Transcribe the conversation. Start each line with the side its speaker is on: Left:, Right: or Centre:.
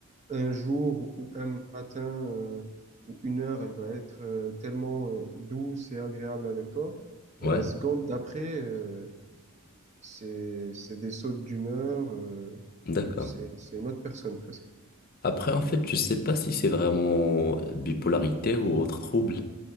Right: un jour ou un matin euh, ou une heure, elle va être euh, tellement euh, douce et agréable avec toi. Et
Left: Ouais,
Right: la seconde d'après, euh, C'est, c'est des sautes d'humeur, euh,
Left: d'accord.
Right: c'est, c'est une autre personne presque.
Left: Après, en fait, je sais pas si c'est vraiment euh, bipolarité ou autre trouble.